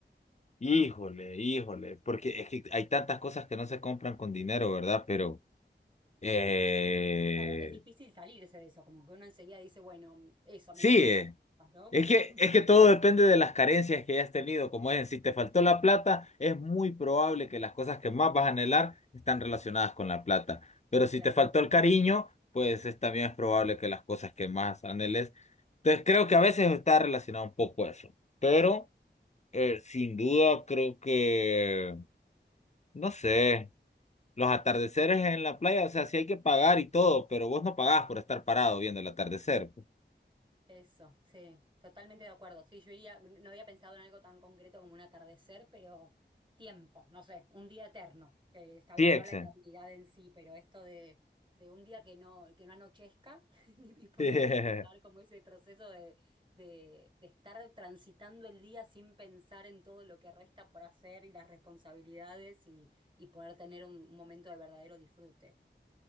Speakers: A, on the left; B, on the right.
A: Híjole, híjole, porque es que hay tantas cosas que no se compran con dinero, ¿verdad? Pero eh,
B: Claro, es difícil salirse de eso, como que uno enseguida dice, bueno, eso,
A: sí,
B: me compro
A: eh,
B: esa casa, ¿no?
A: es
B: Como,
A: que, es que todo depende de las carencias que hayas tenido. Como es, si te faltó la plata, es muy probable que las cosas que más vas a anhelar están relacionadas con la plata. Pero si
B: <laughs> claro.
A: te faltó el cariño, pues es, también es probable que las cosas que más anheles. Entonces creo que a veces está relacionado un poco eso. Pero eh, sin duda creo que, no sé. Los atardeceres en la playa, o sea, sí hay que pagar y todo, pero vos no pagás por estar parado viendo el atardecer.
B: Eso, sí, totalmente de acuerdo. Sí, yo iría, no había pensado en algo tan concreto como un atardecer, pero tiempo, no sé, un día eterno, que está
A: Sí,
B: bien,
A: Exe.
B: no la eternidad en sí, pero esto de, de un día que no, que no anochezca <laughs> y poder
A: <laughs>
B: disfrutar como ese proceso de, de, de estar transitando el día sin pensar en todo lo que resta por hacer y las responsabilidades y, y poder tener un momento de verdadero disfrute,